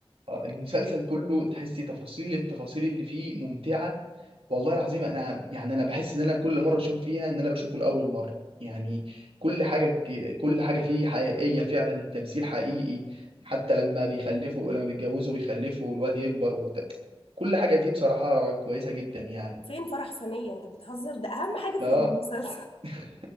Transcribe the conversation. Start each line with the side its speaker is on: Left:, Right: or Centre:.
Right: آه، المسلسل كله تحسي تفاصيل التفاصيل اللي فيه ممتعة والله العظيم انا يعني انا بحس ان انا كل مرة اشوفه فيها ان انا بشوفه لاول مرة يعني كل حاجة ج- كل حاجة فيه حقيقية فعلا التمثيل حقيقي حتى لما بيخلفوا لما بيتجوزوا ويخلفوا والواد يكبر وبتاع كل حاجة فيه بصراحة كويسة جدا يعني
Left: فين فرح ثانيه انت بتهزر ده اهم حاجه في
Right: اه
Left: المسلسل
Right: <laughs>